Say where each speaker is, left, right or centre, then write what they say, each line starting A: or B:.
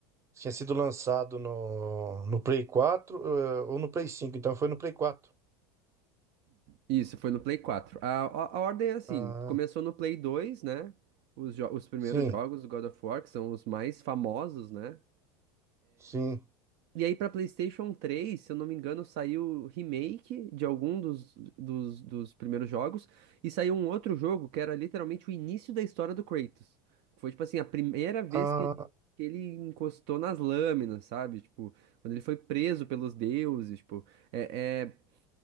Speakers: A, on the right; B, on the right.
A: tinha sido lançado no, no Play quatro eh, ou no Play cinco. então foi no Play quatro.
B: Isso, foi no Play quatro. A, a, a ordem é assim,
A: Ah,
B: começou no Play 2, né? Os, jo- os primeiros
A: sim,
B: jogos do God of War, que são os mais famosos, né?
A: sim.
B: E aí pra PlayStation três, se eu não me engano, saiu remake de algum dos, dos, dos primeiros jogos, e saiu um outro jogo que era literalmente o início da história do Kratos. Foi, tipo assim, a primeira vez
A: Ah,
B: que ele, que ele encostou nas lâminas, sabe? Tipo, quando ele foi preso pelos deuses, tipo... É, é,